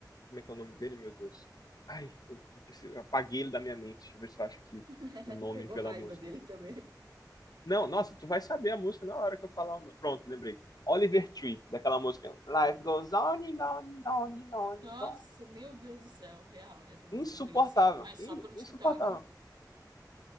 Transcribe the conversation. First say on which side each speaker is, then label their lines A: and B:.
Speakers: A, on the left; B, on the right.
A: como é que é o nome dele, meu Deus? Ai, eu, eu apaguei ele da minha mente. Deixa eu ver se eu acho aqui
B: <laughs>
A: o nome
B: Pegou
A: pela
B: raiva
A: música.
B: dele também.
A: Não, nossa, tu vai saber a música na hora que eu falar o nome. Pronto, lembrei. Oliver Tree, daquela música. Life goes on and on and on and on and
B: Nossa,
A: on.
B: meu Deus do céu, real. Essa música
A: Insuportável.
B: eu conheci, mas
A: In-
B: só pelo TikTok.
A: insuportável.